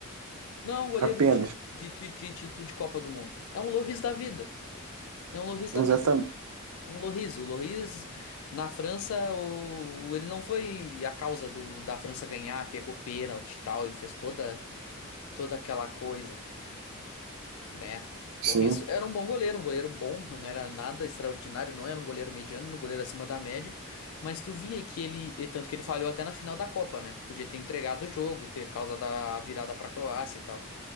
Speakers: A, on the left; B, on the right.
A: Não é um goleiro
B: Apenas,
A: de, ti- de, de, de título de Copa do Mundo. É um Lloris da vida. É um Lloris
B: exatamente,
A: da vida. É um Lloris. O Lloris, na França, o, ele não foi a causa do, da França ganhar, pegou pênalti e tal, e fez toda, toda aquela coisa. Né?
B: sim.
A: Lloris era um bom goleiro, um goleiro bom, não era nada extraordinário, não era um goleiro mediano, era um goleiro acima da média, mas tu via que ele, e tanto que ele falhou até na final da Copa, né? Podia ter entregado o jogo, ter causado a virada pra Croácia e tal.